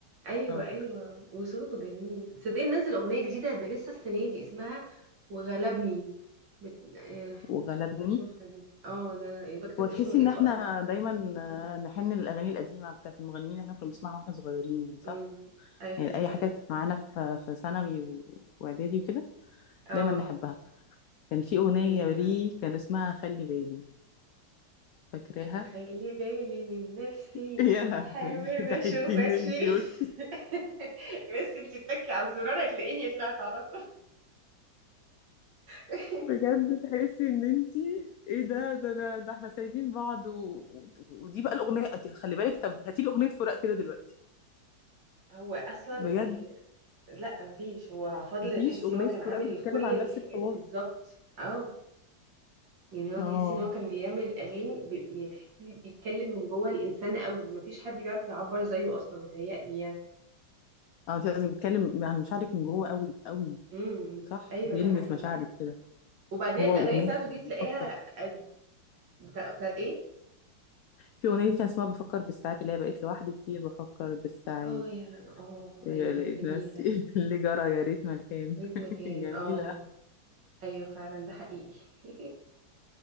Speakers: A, on the right; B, on the left.
A: ايوه
B: اه
A: ايوه وصوته جميل صدقني نزل اغنيه جديده ده لسه السنه دي اسمها وغلبني بت... آه...
B: وغلبني
A: نبقى نشوفها دي اه ده أنا بكتب
B: وتحسي
A: اسمه لقيتها
B: ان احنا
A: اصلا طالعه
B: دايما آه، نحن للاغاني القديمه بتاعت المغنيين اللي احنا كنا بنسمعها واحنا صغيرين دي صح
A: امم ايوه
B: يعني
A: ده
B: اي
A: حقيقي
B: حاجات معانا في في ثانوي و- واعدادي وكده
A: اه
B: دايما نحبها كان في اغنيه
A: ايوه
B: ليه
A: فعلا
B: كان اسمها خلي بالي فاكراها
A: هخلي بالي من نفسي
B: <laughs> يا لهوي
A: واحاول
B: تحسي
A: ما اشوفكش
B: ان انتي بصي
A: <laughs> بس انتي تتكي على الزرار هتلاقيني طلعت على طول <laughs>
B: بجد تحسي ان انتي ايه ده ده انا ده احنا سايبين بعض و... و- ودي بقى الاغنيه دي خلي بالك طب هاتي لي اغنيه فراق كده دلوقتي
A: هو اصلا
B: بجد
A: إيه لا مفيش هو فضل
B: مفيش
A: تحسي
B: اغنيه
A: هو كان
B: فراق
A: عامل
B: بتتكلم
A: كل
B: عن
A: الحاجات
B: نفس الحوار
A: بالظبط اه يعني هو
B: اه
A: تحسي ان هو كان بيعمل الاغاني ب... يعني تحسي بيتكلم من جوه الانسان قوي مفيش حد بيعرف يعبر زيه اصلا متهيألي يعني
B: اه انت لازم تتكلم عن مشاعرك من جوه قوي قوي
A: امم
B: صح
A: ايوه
B: بيلمس
A: ده حقيقي
B: مشاعرك كده
A: وبعدين
B: هو
A: الاغاني
B: اغنيه
A: بتاعته
B: كان
A: دي تلاقيها
B: بفكر
A: قد- بتاع... بتاعت ايه
B: في اغنيه لي كان اسمها بفكر بالساعات اللي هي بقيت لوحدي كتير بفكر بالساعات
A: اه يا رنا اه
B: إيه،
A: ايوه
B: لقيت
A: ده جميل
B: نفسي
A: ده
B: <laughs> اللي جرى يا ريت ما كان
A: ليك مكان
B: <laughs> جميله
A: اه ايوه فعلا ده حقيقي <laughs>